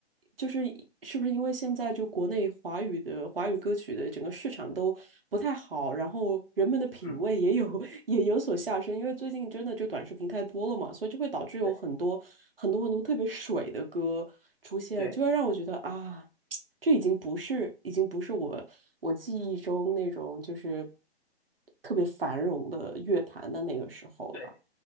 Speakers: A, on the right; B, on the left.
A: 就是是不是因为现在就国内华语的华语歌曲的整个市场都不太好，然后人们的品味也有
B: 嗯，
A: <laughs> 也有所下升，因为最近真的就短视频太多了嘛，所以就会导致有很多很多很多特别水的歌出现，
B: 对对。
A: 就会让我觉得啊，<tsk> 这已经不是已经不是我我记忆中那种就是特别繁荣的乐坛的那个时候了。
B: 对